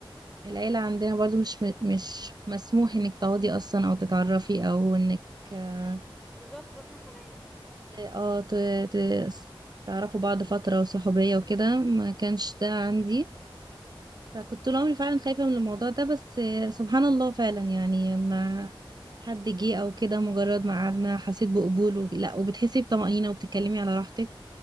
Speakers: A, on the right; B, in the centre.
A: العيلة عندنا برضو مش مش مسموح انك تقعدي اصلا او تتعرفي او انك اه
B: بالظبط واحنا كمان
A: آه، ت- ت- تعرفوا بعض فترة وصحوبية وكده ما كانش ده عندي فكنت طول عمري فعلا خايفة من الموضوع ده بس آه، سبحان الله فعلا يعني مع حد جه او كده مجرد ما قعدنا حسيت بقبول و... لا وبتحسي بطمأنينة وبتتكلمي على راحتك